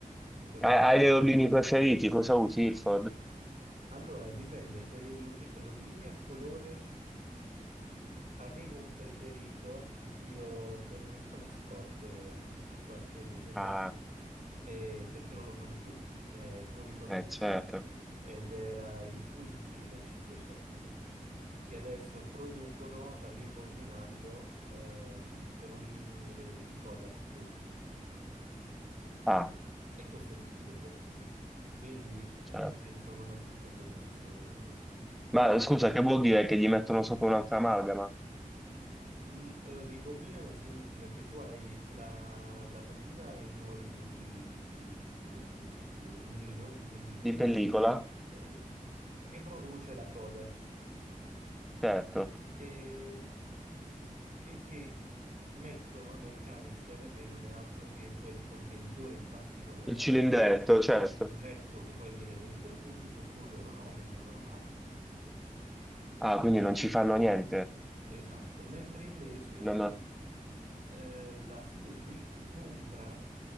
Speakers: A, on the right; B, in the centre.
A: Perché ovviamente...
B: Hai, hai dei rollini preferiti? Cosa usi, Ilford?
A: Allora, dipende, per i rulli- rullini a colore... Avevo un preferito di cui ho terminato le scorte qualche mese fa,
B: Ah,
A: eh, perché non lo fanno più, è fuori produzione,
B: eh, certo.
A: ed era il Fujifilm C200, che adesso producono ribobinando ehm, rullini de- di Kodak Gold
B: Ah,
A: e costa di più del Kodak Gold. Quindi, eh,
B: certo.
A: nel senso, non ha più tanto senso eh,
B: Ma scusa, che vuol dire che gli mettono sopra un'altra amalgama?
A: Mm, eh, Ribobinano significa che tu hai la, la bobina enorme di, di, come si dice, di rullino, di pellicola,
B: Di pellicola?
A: ok? Che produce la Kodak
B: Certo.
A: e, e che mettono nel canister, che non è altro che quel contenitore in plastica o metallo,
B: Il cilindretto,
A: il
B: certo.
A: cilindretto che poi viene venduto al pubblico, col loro nome, la loro marca e il tutto.
B: Ah, quindi non ci fanno niente.
A: Esatto, mentre invece
B: Non ho-
A: eh, la Fuji compra